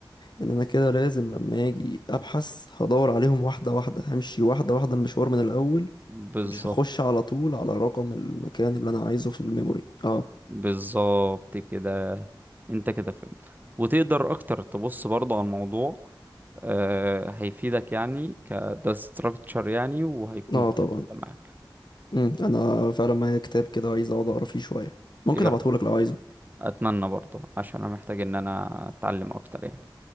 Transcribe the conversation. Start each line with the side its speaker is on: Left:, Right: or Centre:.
Left: ان انا كده لازم لما اجي ابحث هدور عليهم واحده واحده همشي واحده واحده المشوار من الاول
Right: بالظبط
Left: مش هخش على طول على رقم المكان اللي انا عايزه في الميموري اه
Right: بالظبط كده انت كده فهمت وتقدر اكتر تبص برضه على الموضوع آه هيفيدك يعني كده ستراكتشر يعني وهيكون
Left: اه
Right: كده
Left: طبعا
Right: معاك
Left: مم. انا فعلا معايا كتاب كده عايز اقعد اقرا فيه شويه ممكن
Right: ايه
Left: ابعتهولك
Right: رأيك؟
Left: لو عايزه
Right: اتمنى برضه عشان انا محتاج ان انا اتعلم اكتر يعني